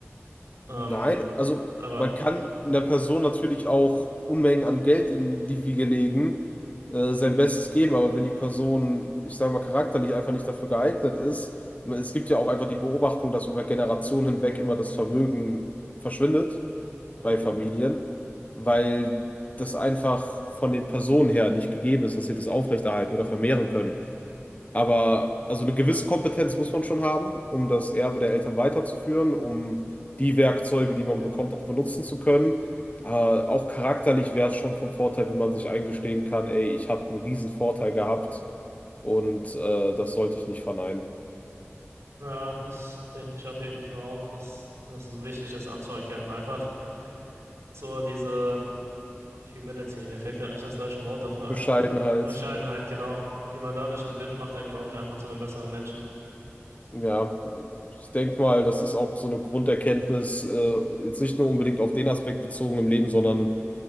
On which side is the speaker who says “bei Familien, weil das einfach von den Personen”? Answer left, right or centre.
Left